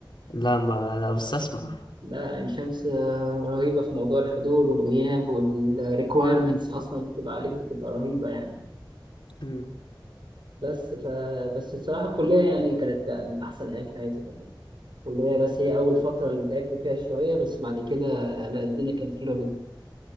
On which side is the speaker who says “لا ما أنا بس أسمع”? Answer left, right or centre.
Left